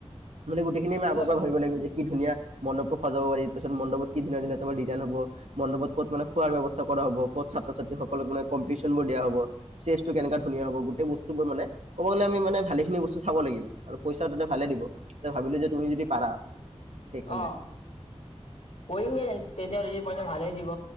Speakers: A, on the right; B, on the left.
A: মানে গোটেইখিনি আমি
B: তোমাৰ
A: আগৰ পৰা ভাবিব লাগিব যে কি ধুনীয়া মণ্ডপটো সজাব পাৰি। তাৰছত মণ্ডপত কি ধুনীয়া ধুনীয়া তোমাৰ ডিজাইন হ'ব। মণ্ডপত ক'ত মানে খোৱাৰ ব্যৱস্থা কৰা হ'ব ক'ত ছাত্ৰ ছাত্ৰীসকলক মানে কম্পটিশ্যন বোৰ দিয়া হ'ব। ষ্টেজটো কেনেকা ধুনীয়া হ'ব গোটে বস্তুবোৰ মানে ক'ব গ'লে আমি মানে ভালেখিনি বস্তুচ চাব' লাগিম আৰু পইচা তাতে ভালে দিব। তে ভাবিলোঁ যে তুমি যদি পাৰা। সেইকাৰণে
B: অ, কৰিমগে তেতিয়া পই ভালেই দিব।